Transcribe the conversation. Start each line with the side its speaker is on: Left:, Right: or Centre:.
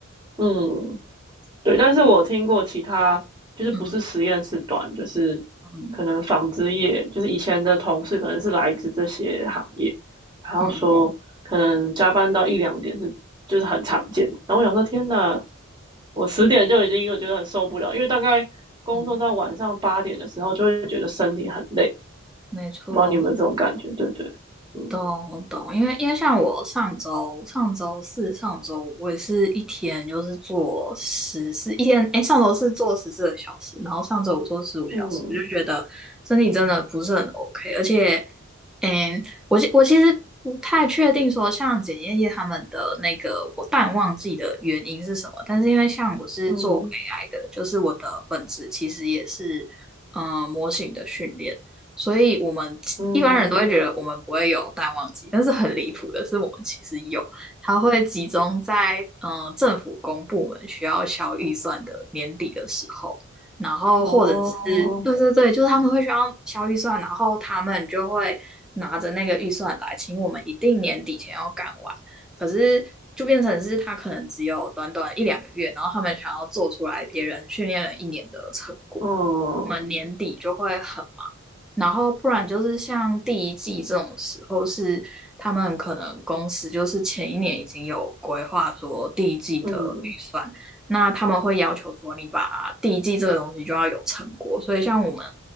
Right: 嗯，对，但是我听过其他，就是不是实验室短，
Centre: 嗯
Right: 就是
Centre: 嗯
Right: 可能纺织业，就是以前的同事可能是来自这些行业，然后说可能加班到一两点是就是很常见的。
Centre: 嗯嗯
Right: 然后我想说，天呐，我十点就已经我觉得很受不了，因为大概工作到晚上八点的时候，
Centre: 嗯，
Right: 就会觉得身体很累。
Centre: 没错。
Right: 不知道你有没有这种感觉？对对，嗯
Centre: 懂懂，因为因为像我上周上周四上周五我也是一天就是做十四一天，哎，上周四做十四个小时，然后上周五做十五小时，
Right: 嗯
Centre: 我就觉得身体真的不是很 OK，而且，嗯，我其我其实不太确定说像检验业他们的那个我淡旺季的原因是什么，但是因为像我是做
Right: 嗯
Centre: AI 的，就是我的本质其实也是嗯、呃模型的训练。所以我们一般人都会觉得我们不会有淡旺季，
Right: 嗯，
Centre: 但是很离谱的是，我们其实有，它会集中在嗯、呃政府公部门需要消预算的年底的时候，然后或者是对对对，
Right: 哦，
Centre: 就是他们会需要消预算，然后他们就会拿着那个预算来请我们一定年底前要干完，可是就变成是他可能只有短短一两个月，然后他们想要做出来别人训练了一年的成果。
Right: 嗯
Centre: 我们年底就会很忙，然后不然就是像第一季这种时候是，他们可能公司就是前一年已经有规划说第一季的预算，
Right: 嗯
Centre: 那他们会要求说你把第一季这个东西就要有成果。所以像我们，